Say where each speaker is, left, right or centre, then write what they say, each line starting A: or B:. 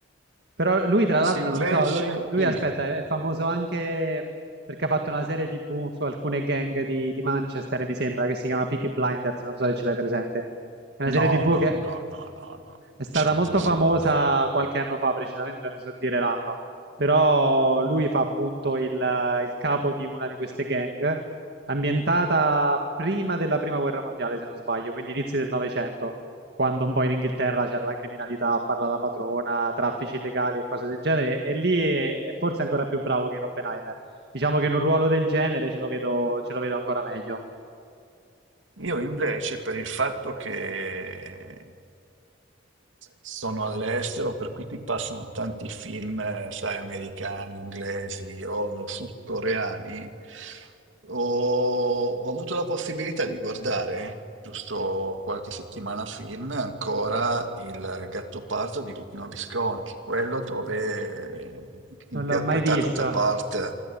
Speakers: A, on the right (about 55°); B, on the right (about 85°).
A: Però lui, tra l'altro,
B: Se invece,
A: non so, lui, lui,
B: dimmi,
A: aspetta, è famoso anche perché ha fatto una serie TV su alcune gang di, di Manchester, mi sembra, che si chiama Peaky Blinders, non so se ce l'hai presente. È una
B: no,
A: serie TV
B: no,
A: che
B: no, no, no, no,
A: è
B: non
A: stata
B: ce l'ho
A: molto
B: presente.
A: famosa qualche anno fa, precisamente non ti so dire l'anno, però lui fa appunto il, il capo di una di queste gang, ambientata prima della Prima Guerra Mondiale, se non sbaglio, quindi inizi del Novecento, quando un po' in Inghilterra c'era la criminalità a farla da padrona, traffici illegali e cose del genere, e lì è, è forse ancora più bravo che in Oppenheimer. Diciamo che in un ruolo del genere ce lo vedo, ce lo vedo ancora meglio.
B: Io invece, per il fatto che sono all'estero, per cui qui passano tanti film, eh, sai, americani, inglesi o sudcoreani, ho, ho avuto la possibilità di guardare, giusto qualche settimana film, ancora Il Gattopardo di Luchino Visconti, quello dove eh, interpretato
A: Non l'ho mai visto.
B: da Bart,